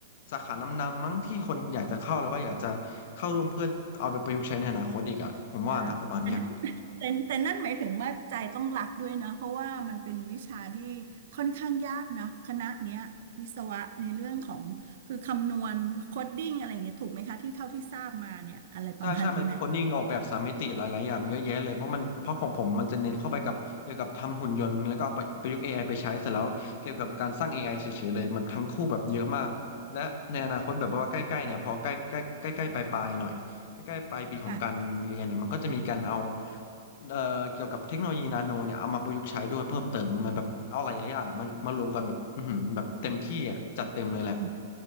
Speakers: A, on the left; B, on the right.
A: สาขานำๆมั้งที่คนอยากจะเข้าแล้วก็อยากจะเข้าร่วมเพื่อเอาไปประยุกต์ใช้ในอนาคตอีกอ่ะผมว่านะประมาณเนี้ย
B: ค่ะ แต่แต่นั่นหมายถึงว่าใจต้องรักด้วยนะเพราะว่ามันเป็นวิชาที่ค่อนข้างยากนะคณะเนี้ยวิศวะในเรื่องของคือคำนวณโคดดิ้งอะไรอย่างเงี้ยถูกไหมคะที่เท่าที่ทราบมาเนี่ยอะไรประมาณนี้ไหม
A: ใช่ใช่มันมีโคดดิ้งออกแบบสามมิติหลายๆอย่างเยอะแยะเลย เพราะมันเพราะของผมมันจะเน้นเข้าไปกับเกี่ยวกับทำหุ่นยนต์แล้วก็เอาไปประยุกต์ AI ไอไปใช้เสร็จแล้วเกี่ยวกับการสร้าง AI เฉยๆเลยมันทั้งคู่แบบเยอะมาก และในอนาคตแบบว่าใกล้ๆเนี่ยพอใกล้ใกล้ใกล้ใกล้ปลายๆหน่อยใกล้ๆปลายปีของการเรียนเนี่ยมันก็จะมีการเอา
B: ค่
A: เอ่อเกี่ยวกับเทคโนโลยีนาโนเนี่ยเอามาประยุกต์ใช้ด้วยเพิ่มเติมมันแบบเอาหลายๆอย่างมันมารวมกันแบบอือหือแบบเต็มที่อ่ะจัดเต็มเลยแหละ
B: ะ